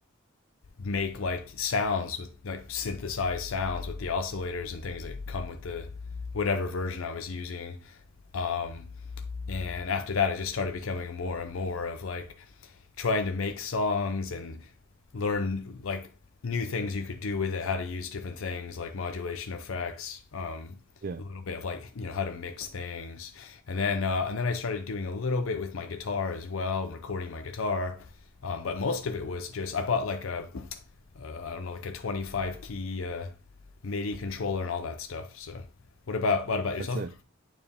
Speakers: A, on the left; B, on the right.
A: make like sounds with like synthesized sounds with the oscillators and things that come with the whatever version I was using. Um, and after that i just started becoming more and more of like trying to make songs and learn like new things you could do with it how to use different things like modulation effects um,
B: Yeah,
A: a little bit of like you know how to mix things and then uh, and then i started doing a little bit with my guitar as well recording my guitar um, but most of it was just i bought like a uh, I don't know like a 25 key uh, midi controller and all that stuff so what about what about yourself
B: that's it.